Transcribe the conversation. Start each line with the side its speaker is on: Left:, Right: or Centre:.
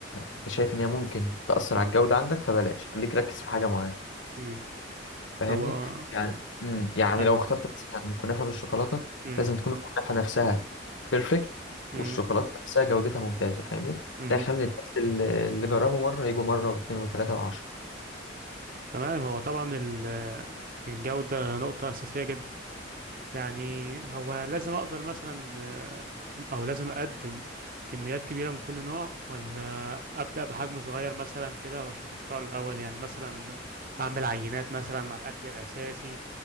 Left: انت شايف ان هي ممكن تأثر على الجودة عندك فبلاش خليك ركز في حاجة معينة
Right: امم
Left: فاهمني
Right: هو آه،
Left: يعني امم يعني
Right: كمل
Left: لو اخترت مثلا كنافة بالشوكولاتة
Right: امم
Left: لازم تكون الكنافة نفسها بيرفكت
Right: امم
Left: والشوكولاتة نفسها جودتها ممتازة فاهمني
Right: امم
Left: ده يخلي الناس اللي اللي جربوا مرة يجوا مرة واثنين وثلاثة وعشرة
Right: تمام هو طبعا ال- الجودة نقطة أساسية جدا يعني هو لازم اقدر مثلا آه، او لازم اقدم كميات كبيرة من كل نوع ولا ابدأ بحجم صغير مثلا كده واشوف التفاعل الاول يعني مثلا اعمل عينات مثلا مع الاكل الاساسي